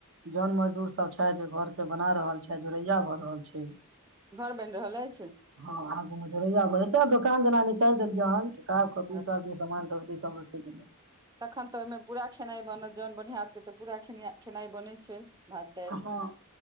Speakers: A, on the right (about 60°); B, on the right (about 15°).
A: जन मजदूर सब छै जे घरके बना रहल छै जोड़ैया भऽ रहल छै
B: घर बनि रहल अछि
A: हँ आगू में जरैया हेत दोकान दना निकालि जेनाय निकल जेत तहन कपी
B: आ
A: सब सान सब सब रखे
B: तखन तऽ ओहि में पूरा खेनाई बनत जन बोनिहारके तऽ पूराे खेनाई बनैत छै भात दालि
A: हँ